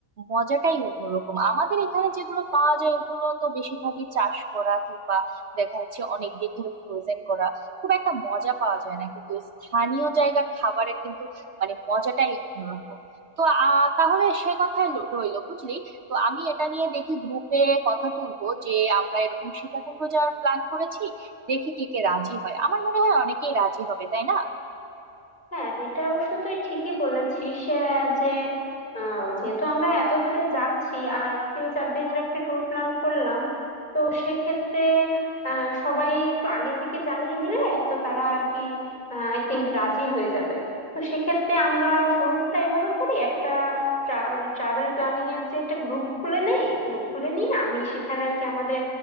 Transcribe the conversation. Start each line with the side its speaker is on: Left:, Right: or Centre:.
Right: মজাটাই অন্যরকম আমাদের এখানে যেগুলো পাওয়া যায় ওগুলো তো বেশিরভাগই চাষ করা কিংবা দেখা যাচ্ছে অনেক দিন ধরে ফ্রোজেন করা খুব একটা মজা পাওয়া যায় না কিন্তু স্থানীয় জায়গার খাবারের কিন্তু মানে মজাটাই অন্যরকম তো আহ তাহলে সে কথাই ল- রইলো বুঝলি তো আমি এটা নিয়ে দেখি গ্রুপে কথা তুলবো যে আমরা এরকম সীতাকুণ্ড যাওয়ার প্ল্যান করেছি দেখি কে কে রাজি হয় আমার মনে হয় অনেকেই রাজি হবে তাই না
Left: হ্যাঁ এটা অবশ্য তুই ঠিকই বলেছিস আহ, যে আহ, যেহেতু আমরা এত দূরে যাচ্ছি আর তিন চার দিনের একটা ট্যুর প্ল্যান করলাম তো সেক্ষেত্রে আহ, সবাই একটু আগে থেকে জানিয়ে দিলে তো তারা আর কি আই থিংক রাজি হয়ে যাবে তো সেক্ষেত্রে আমরা শুরুটা এইভাবে করি একটা tra- মানে ট্রাভেল প্ল্যানিং এর যে একটা গ্রুপ খুলে নেই তো খুলে নিয়ে আমি সেখানে আর কি আমাদের